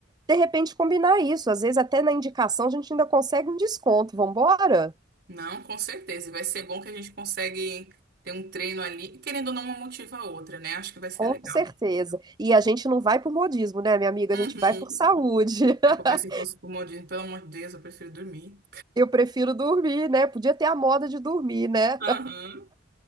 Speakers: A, on the right; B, on the right.
A: de repente, combinar isso. Às vezes, até na indicação, a gente ainda consegue um desconto. Vambora?
B: Não, com certeza. E vai ser bom que a gente consegue ter um treino ali, e querendo ou não, uma motiva a outra, né? Acho que vai ser
A: Com
B: legal.
A: certeza. E a gente não vai por modismo, né, minha amiga?
B: Uhum.
A: A gente vai por saúde. <laughs>
B: É porque se fosse por modismo, pelo amor de Deus, eu prefiro dormir.
A: Eu prefiro dormir, né? Podia ter a moda de dormir, né?
B: Aham.